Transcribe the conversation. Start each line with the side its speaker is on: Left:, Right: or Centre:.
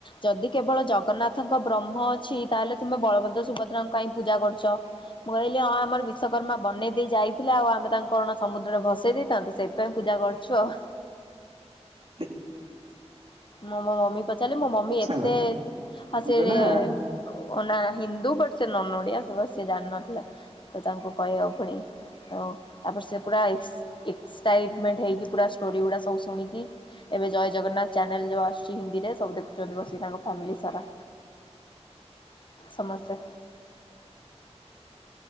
Left: ଯଦି କେବଳ ଜଗନ୍ନାଥ ନାଥଙ୍କ ବ୍ରହ୍ମ ଅଛି ତାହେଲେ ତୁମେ ବଳଭଦ୍ର ସୁଭଦ୍ରାଙ୍କ କାଇ ପୂଜା କରଛ। ମୁଁ କହିଲି ହଁ ଆମର ବିଶ୍ୱକର୍ମା ବନେଇ ଦେଇେଇ ଯାଇଥିଲା ଆଉ ଆମେ ତାଙ୍କୁ କଣ ସମୁଦ୍ରରେ ଭସେଇ ଦେଇଥାନ୍ତୁ ସେଥିପାଇଁ ପୂଜା କରୁଛୁ ଆଉ।
Right: ଇ
Left: ମୁଁ ମୋ ମମି କୁ ପଚାରିଲି ମୋ ମମି ଏତେ
Right: ସାଙ୍ଗ
Left: ହ
Right: ଇନ୍ଦୁ
Left: ସିଏ ଟିକେ
Right: ନା
Left: ହିନ୍ଦୁ ବଟ୍ ସେ ନନ୍ ଓଡିଆ ସେ ବସ୍ ସେ ଜାନଥିଲା। ତ ତାଙ୍କୁ କହବା ପୁଣି ଆଉ ତାପରେ ସେ ପୁରା ଏକ୍ ଏକ୍ସାଇଟମେଣ୍ଟ ହେଇକି ପୁରା ଷ୍ଟୋରି ଗୁଡ଼ା ସବୁ ଶୁଣିକି ଏବେ ଜୟ ଜଗନ୍ନାଥ ଚ୍ୟାନେଲ ଯେଉଁ ଆସୁଛି ହିନ୍ଦୀରେ ସବୁ ଦେଖୁଛନ୍ତି ବସିିକି ତାଙ୍କ ଫ୍ୟାମିଲି ସାରା। ସମସ୍ତେ।